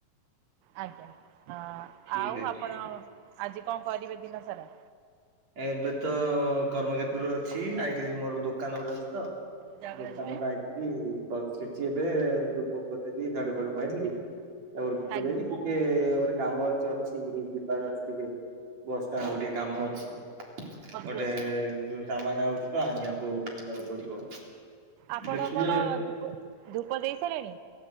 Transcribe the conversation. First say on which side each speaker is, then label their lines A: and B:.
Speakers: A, on the right (about 75°); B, on the right (about 50°).
A: ଆଜ୍ଞା ହଁ
B: ଠିକ
A: ଆଉ
B: ଅଛି।
A: ଆପଣ ଆଜି କଣ କରିବେ ଦିନ ସାରା?
B: ଏବେ ତ କର୍ମକ୍ଷେତ୍ରରେ ଅଛି ଆଇଥିଲି ମୋର ଦୋକାନ ଗୋଟେ ଅଛି ତ
A: ଜାଗା
B: ଦୋକାନରୁ
A: ଯିବେ
B: ଆଇଥିଲି ବସିଛି ଏବେ। ଝାଡୁ ଫାଡୁ ମାଇଲି ତାପରେ ଧୂପ
A: ଆଜ୍ଞା
B: ଦେବି କାମରେ ଅଛି କି ଯିବାର ଅଛି ଟିକେ ବସଷ୍ଟାଣ୍ଡ ଗୋଟେ ଟିକେ କାମ ଅଛି।
A: ସଜୁ
B: ଗୋଟେ
A: ଆସ
B: ଯୋଉଁ ସାମାନ ଆଉଛି ତ ଆଣିବାକୁ ଦବାକୁ ପଡିବ।
A: ଆପଣ
B: ଦେଖିବେ
A: କଣ ଧୂପ ଧୂପ ଦେଇ ସାରିଲେଣି?